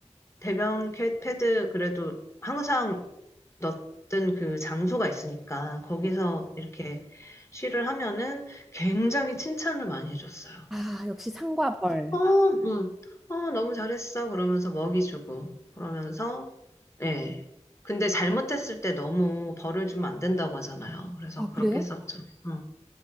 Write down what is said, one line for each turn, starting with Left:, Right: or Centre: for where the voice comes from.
Left: 배변 캐- 패드 그래도 항상 넣던 그 장소가 있으니까 거기서
Centre: 네.
Left: 이렇게 쉬를 하면은 굉장히 칭찬을 많이 해줬어요.
Centre: 아, 역시 상과 벌.
Left: 어, 음, 어, 너무 잘했어. 그러면서 먹이 주고, 그러면서, 예. 근데 잘못했을 때 너무 벌을 주면 안 된다고 하잖아요. 그래서
Centre: 아,
Left: 그렇게
Centre: 그래요?
Left: 했었죠. 음.